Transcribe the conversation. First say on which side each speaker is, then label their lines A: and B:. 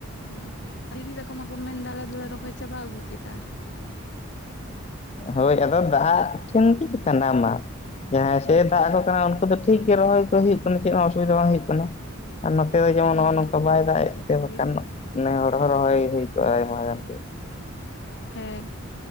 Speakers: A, on the left; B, on the left.
A: ᱦᱩᱸᱟᱞᱮ ᱫᱤᱫᱤ ᱛᱟᱠᱚ ᱢᱟᱠᱚ ᱢᱮᱱᱫᱟ ᱟᱞᱮ ᱫᱚᱞᱮ ᱨᱚᱦᱚᱭ ᱪᱟᱵᱟ ᱟᱹᱜᱩ ᱠᱮᱫᱟ᱾
B: ᱦᱳᱭ ᱟᱫᱚ ᱫᱟᱜ ᱴᱷᱮᱱ ᱜᱮ ᱥᱟᱱᱟᱢᱟᱜ ᱡᱟᱦᱟᱸ
A: ᱦᱮᱸ
B: ᱥᱮᱫ-ᱮ ᱫᱟᱜ ᱩᱱᱠᱩ ᱫᱚ ᱴᱷᱤᱠ ᱜᱮ ᱨᱚᱦᱚᱭ ᱠᱚ ᱦᱩᱭᱩᱜ ᱠᱟᱱᱟ ᱪᱮᱫ ᱦᱚᱸ ᱚᱥᱩᱵᱤᱫᱟ ᱵᱟᱝ ᱦᱩᱭᱩᱜ ᱠᱟᱱᱟ᱾ ᱟᱨ ᱱᱚᱛᱮ ᱫᱚ ᱡᱮᱢᱚᱱ
A: ᱦᱮᱸ
B: ᱱᱚᱜᱼᱚ ᱱᱚᱝᱠᱟ
A: ᱚᱱᱟ
B: ᱵᱟᱭ
A: ᱢᱟ
B: ᱫᱟᱜ
A: ᱠᱟᱛᱷᱟ
B: ᱮᱫ ᱛᱮ
A: ᱠᱟᱱ
B: ᱵᱟᱠᱷᱟᱱ
A: ᱜᱮᱭᱟ
B: ᱱᱮ ᱦᱚᱲ ᱦᱚᱸ ᱨᱚᱦᱚᱭ ᱦᱩᱭ ᱠᱚᱜᱼᱟ ᱟᱭᱢᱟ ᱜᱟᱱ ᱜᱮ
A: ᱦᱮᱸ